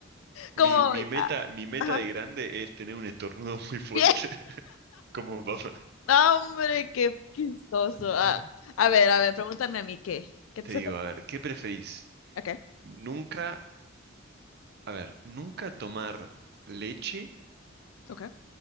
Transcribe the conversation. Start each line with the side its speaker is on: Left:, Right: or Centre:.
Left: Como,
Right: Mi, mi meta, mi meta
Left: ajá.
Right: de grande es tener un estornudo muy fuerte,
Left: <laughs> Bien.
Right: <laughs> como papá.
Left: No, Hombre, qué chistoso.
Right: <laughs>
Left: Ah, a ver, a ver, pregúntame a mí qué. ¿Qué
Right: Te
Left: se,
Right: digo,
Left: te
Right: a ver, ¿qué preferís?
Left: Ok,
Right: Nunca, a ver, nunca tomar leche
Left: ok.